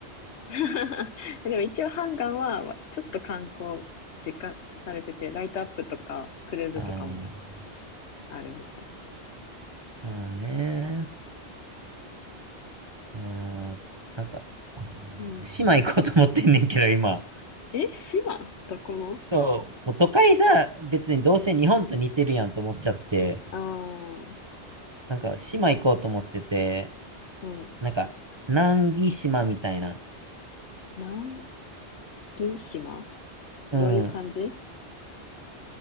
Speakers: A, on the left (about 75°); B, on the right (about 25°).
A: <laughs> でも一応ハンガンは、ちょっと観光実家されてて、ライトアップとか、クルーズとかも
B: あー
A: あるみたい。
B: まあーねー。うーん、なんか、
A: うん。
B: 島行こうと思ってんねんけど、今。
A: え、島どこの
B: そう、もう都会さ、別にどうせ日本と似てるやんと思っちゃって、
A: ああー、
B: なんか、島行こうと思ってて、
A: うん。
B: なんか、南紀島みたいな、
A: 南紀島
B: うん、
A: どういう感じ